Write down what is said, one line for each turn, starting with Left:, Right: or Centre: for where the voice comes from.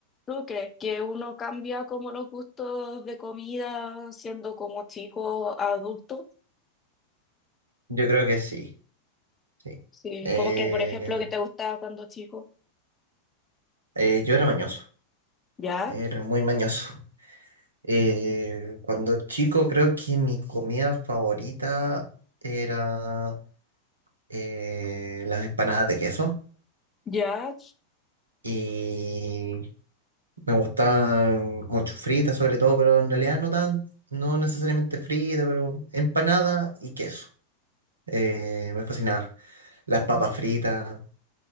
Left: ¿Tú crees que uno cambia como los gustos de comida siendo como chico a adulto?
Right: Yo creo que sí, sí.
Left: Sí,
Right: Eh,
Left: como que, por ejemplo, que te gustaba cuando chico.
Right: eh, yo era mañoso,
Left: Ya,
Right: era muy mañoso. Eh, cuando chico creo que mi comida favorita era eh, las empanadas de queso
Left: ya.
Right: y me gustaban mucho fritas sobre todo, pero en realidad no tan, no necesariamente fritas, pero empanada y queso. Eh, me fascinaba. Las papas fritas,